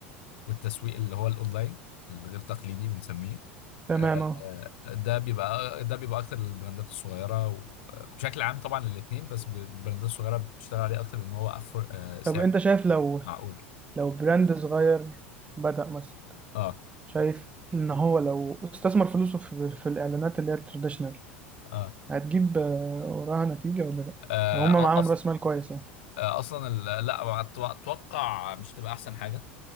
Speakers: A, on the left; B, on the right.
A: والتسويق اللي هو الاونلاين الغير تقليدي بنسميه
B: تمام
A: آه،
B: اه
A: ده بيبقى ده بيبقى اكتر للبراندات الصغيره و- وبشكل عام طبعا للاثنين بس البراندات الصغيره بتشتغل عليه اكتر لان هو أفور... آه، سعر
B: طب انت شايف لو
A: معقول
B: لو براند صغير بدأ مثلا
A: اه
B: شايف ان هو لو استثمر فلوسه في, في الاعلانات اللي هي التراديشنال
A: اه,
B: هتجيب آه، وراها نتيجة ولا لأ
A: آه
B: لو هما معاهم
A: أص...
B: رأس مال كويس يعني
A: آه اصلا ال... لا أت- اتوقع مش هتبقى احسن حاجه